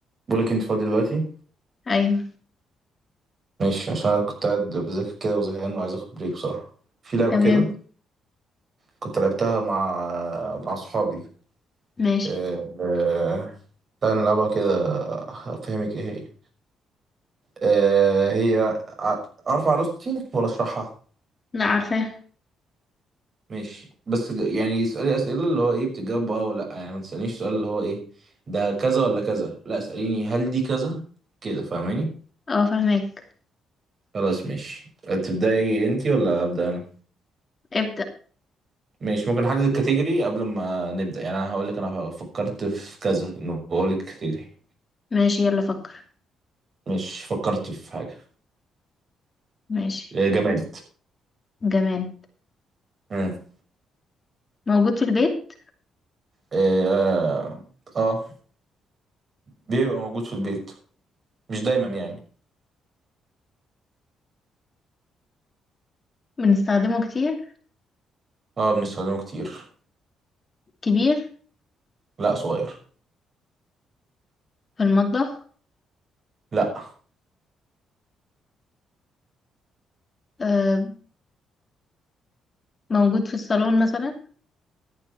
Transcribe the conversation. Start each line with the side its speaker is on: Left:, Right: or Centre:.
Right: بقولك انت فاضي دلوقتي
Left: ايوه
Right: ماشي عشان انا كنت قاعد بذاكر كده وزهقان وعايز اخد بريك بصراحة في لعبة
Left: تمام
Right: كده كنت لعبتها مع مع صحابي
Left: ماشي
Right: أه... أه... تعالى نلعبها كده افهمك ايه هي أه... هي ع- اعرف عروستي ولا اشرحها
Left: لا عارفاه
Right: ماشي بس ج- يعني اسألي اسئلة اللي هو ايه بتجاوب اه ولا لأ. يعني ما تسألنيش سؤال اللي هو ايه ده كذا ولا كذا لا اسأليني هل دي كذا كده فاهماني
Left: اه فاهمك
Right: خلاص ماشي تبدأي انتي ولا أبدأ انا
Left: ابدأ
Right: ماشي ممكن نحدد الكاتيجوري قبل ما نبدأ يعني انا هقول لك انا فكرت في كذا انه بقول لك كاتيجوري
Left: ماشي يلا فكر
Right: مش فكرت في حاجة
Left: ماشي
Right: إيه، جماد
Left: جماد
Right: مم.
Left: موجود في البيت
Right: إيه، اه آه، بيبقى موجود في البيت مش دايما يعني
Left: بنستخدمه كتير
Right: اه بنستخدمه كتير
Left: كبير
Right: لا صغير
Left: في المطبخ
Right: لا
Left: آه. موجود في الصالون مثلا